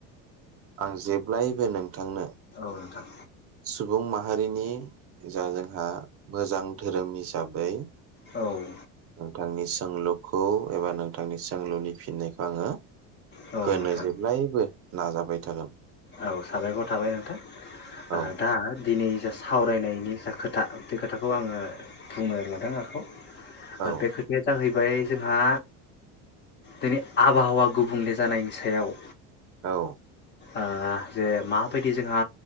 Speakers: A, on the right; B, on the left.
A: आं जेब्लायबो नों थांनो
B: <unintelligible>
A: सुबुं माहारिनि जा जोंहा मोजां धोरोम हिसाबै
B: औ
A: नोंथांनि सोंलुखौ एबा नोंथांनि सोंलुनि फिननायखौ आंङो
B: औ
A: होनो
B: नोंथां
A: जेब्लायबो नाजाबाय थागोन
B: आ साबायखर थाबाय नोंथां
A: औ
B: दा दिनै जा सावरायनायनि जा खोथा बे खोथाखौ आंङो बुंनो लादों आखायाव
A: औ
B: बे खोथाया जाहैबाय जोंहा दिनै आबहावा गुबुंले जानायनि सायाव
A: औ
B: ओ जे माबायदि जोंहा